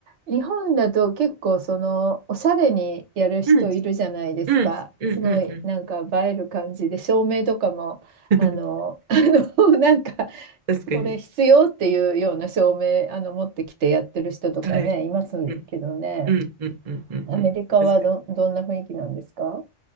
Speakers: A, on the right; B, on the right.
A: 日本だと結構その、おしゃれにやる人いるじゃないですか。
B: うん、うん、うん、
A: すごい、
B: うん、うん。
A: なんか映える感じで、照明とかも、
B: <laughs>
A: あの、<laughs> あの、なんか、
B: 確かに。
A: これ必要っていうような照明、あの、持ってきてやってる人とかね、
B: はい。
A: いますけどね。
B: うん、うん、うん、うん、うん。
A: アメリカはど、
B: うん確かに。
A: どんな雰囲気なんですか